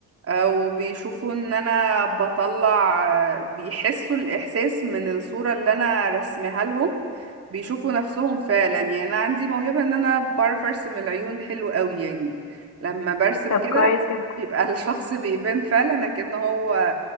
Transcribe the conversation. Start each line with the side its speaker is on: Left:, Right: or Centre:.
Right: آه، وبيشوفوا ان انا بطلع آه، بيحسوا الاحساس من الصورة اللي انا رسمها لهم بيشوفوا نفسهم فعلا يعني انا عندي موهبة ان انا بعرف ارسم العيون حلو قوي يعني لما برسم
Left: طب
Right: كده
Left: كويس جدا
Right: بيبقى <laughs> الشخص بيبان فعلا كأن هو